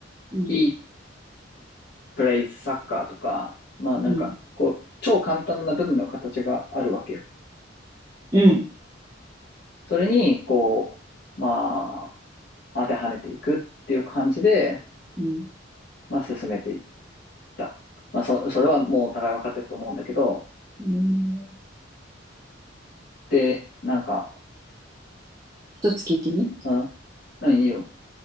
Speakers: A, on the right; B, on the left.
A: うん。
B: he plays soccer とか、まあ、なんか、
A: うん。
B: こう、超簡単な文の形があるわけよ。
A: うん。
B: それに、こう、まあ、当てはめていくっていう感じで、
A: うん。
B: まあ、進めていく。た。まあ、そ、それはもうお互い分かってると思うんだけど、
A: うん
B: で、なんか、
A: 一つ聞いていい
B: うん、うん、いいよ。